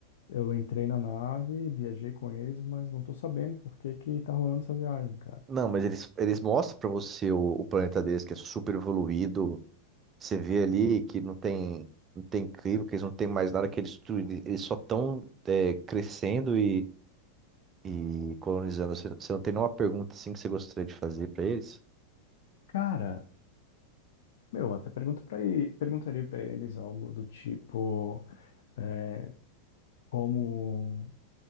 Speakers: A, on the left; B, on the right.
A: eu entrei na nave, viajei com eles, mas não tô sabendo por que que tá rolando essa viagem, cara.
B: Não, mas eles, eles mostram pra você o, o planeta deles, que é super evoluído. Você vê ali que não tem, não tem clima, que eles não têm mais nada que eles destruir. Eles só estão crescendo e, e colonizando. Você, você não tem nenhuma pergunta, assim, que você gostaria de fazer pra eles?
A: Cara, meu, até pergunta para perguntaria pra eles algo do tipo, é, como